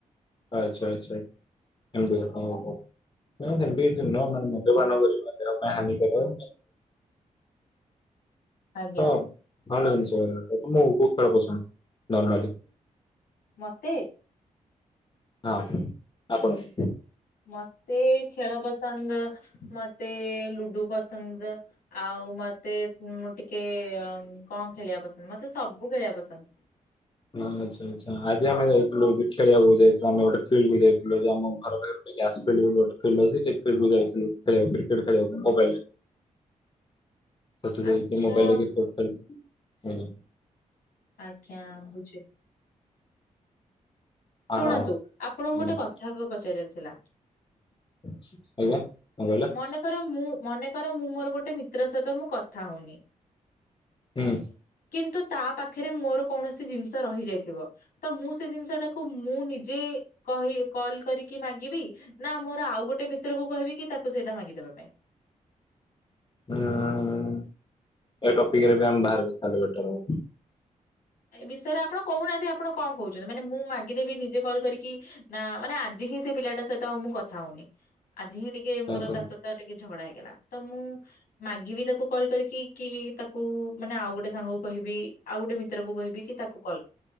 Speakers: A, on the left; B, on the left.
A: ଆଚ୍ଛା ଆଚ୍ଛା ଏମତି କଥା ହୋଉ ହୋଉ ନାଇଁ ସେମତି କିଛି ନୁହଁ ମୁଁ ଜିବନ କରି <inaudible> କାଇଁ ହାନି କରିବ।
B: ଆଜ୍ଞା
A: ତ ଭଲ ଜିନିଷ <unintelligible> ମୁଁ ବୋହୁତ ଖେଳ ପସନ୍ଦ ନର୍ମାଲି।
B: ମତେ?
A: ହଁ ଆପଣଙ୍କୁ।
B: ମତେ ଖେଳ ପସନ୍ଦ ମତେ ଲୁଡୁ ପସନ୍ଦ। ଆଉ ମତେ ଉଁ ମୁଁ ଟିକିଏ କଣ ଖେଳିବା ପସନ୍ଦ ମତେ ସବୁ ଖେଳିବା ପସନ୍ଦ।
A: ହଁ ଆଛା ଆଛା ଆଜି ଆମେ ଯାଇଥିଲୁ ବି ଖେଳିଆକୁ ଯାଇଥିଲୁ ଆମେ ଗୋଟେ ଫିଲଡକୁ ଯାଇଥିଲୁ ଆଜି ଆମ ଘର ପାଖରେ <unintelligible> ଫିଲଡ୍ ବି ଗୋଟେ ଫେମସ ସେ ଫିଲଡକୁ ଯାଇଥିଲୁ ଖଳିବାକୁ କ୍ରିକେଟ ଖେଳିବାକୁ ମୋବାଇଲରେ।
B: <inaudible>
A: ସେଠି ଯାଇକି
B: ଆଚ୍ଛା
A: ମୋବାଇଲରେ କ୍ରିକେଟ ଖେଳଲୁ ମୋବା
B: ଆଜ୍ଞା ବୁଝିଲି। ଶୁଣନ୍ତୁ
A: ହଁ ହଁ
B: ଆପଣଙ୍କୁ
A: ହୁଁ,
B: ଗୋଟେ କଥା ପଚାରିବାର ଥିଲା।
A: ଆଜ୍ଞା କଣ କହିଲ?
B: ମନେକର ମୁଁ ମନେକର ମୁଁ ମୋର ଗୋଟେ ମିତ୍ର ସହିତ ମୁଁ କଥା ହୋଉନି।
A: ହୁଁ।
B: କିନ୍ତୁ ତା ପାଖରେ ମୋର କୌଣସି ଜିନଷ ରହିଯାଇଥିବ ତ ମୁଁ ସେ ଜିନଷଟା କୁ ମୁଁ ନିଜେ କହି କଲ କରିକି ମାଗିବି ନା ମୋର ଆଉ ଗୋଟେ ମିତ୍ରକୁ କହିବି କି ତାକୁ ସେଇଟା ମାଗିଦବା ପାଇଁ?
A: ହୁଁ ଏ ଟପିକରେ ବି ଆମେ ବାହାରେ କଥା ହେଲେ ବେଟର ହବ।
B: ଏ ବିଷୟରେ ଆପଣ କୋହୁନାହାନ୍ତି ଆପଣ କଣ କୋହୁଚନ୍ତି ମାନେ ମୁଁ ମାଗିଦେବି ନିଜେ କଲ୍ କରିକି ନା ମାନେ ଆଜି ହିଁ ସେ ପିଲାଟା ସହିତ ଆଉ ମୁଁ କଥା ହୋଉନି ଆଜି ହିଁ ଟିକେ
A: ହବ।
B: ମୋର ତା ସ ତ ଟିକେ ଝଗଡା ହେଇଗଲା ତ ମୁଁ ମାଗିବି ତାକୁ କଲ୍ କରିକି କି ତାକୁ ମାନେ ଆଉ ଗୋଟେ ସାଙ୍ଗକୁ କହିବି ଆଉ ଗୋଟେ ମି ତ୍ରକୁ କହିବି କି ତାକୁ କଲ୍